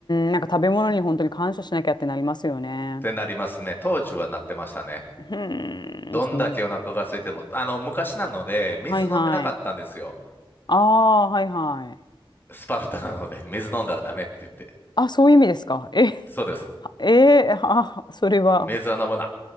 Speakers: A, on the left (about 50°); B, on the left (about 20°).
A: ん、なんか食べ物に本当に感謝しなきゃってなりますよね。
B: ってなりますね。当時はなってましたね。
A: うーん、
B: どんだけお腹が空いても、
A: そう。
B: あの、昔なので、水飲めなかったんですよ。
A: はいはい。ああ、はいはい。
B: スパルタなので、水飲んだらダメって言って。
A: あ、そういう意味ですか。え、<laughs>
B: そうです。
A: はえー、あ、それは。
B: 水は飲むな。